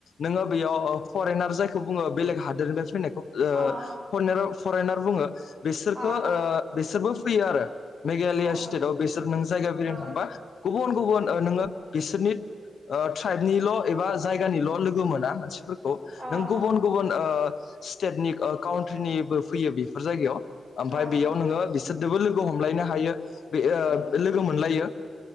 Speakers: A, on the left; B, on the right.
A: नोङो बेयाव फरेनार जायखौ बुङो बेलेग हादोरनिफ्राय फैनाय ओ
B: अ
A: फरेनार फरेनार बुङो बिसोरखौ
B: अ
A: ओ बिसोरबो फैयो आरो। मेघालया
B: अ
A: स्टेटआव बिसोर नों जायगा बेरायनो
B: अ
A: थांबा गुबुन गुबुन ओ नोङो बिसोरनि ट्राइबनिल' एबा जायगानिल' लोगो मोना मानसि फोरा खौ
B: अ
A: नों गुबुन गुबुन ओ स्टेटनि काउन्ट्रिनिबो फैयो बेफोर जायगायाव। ओमफफ्राय
B: अ
A: बेयाव नोङो बिसोरदोबो लोगो हमलायनो हायो बे ओ
B: अ
A: लोगो मोनलायो।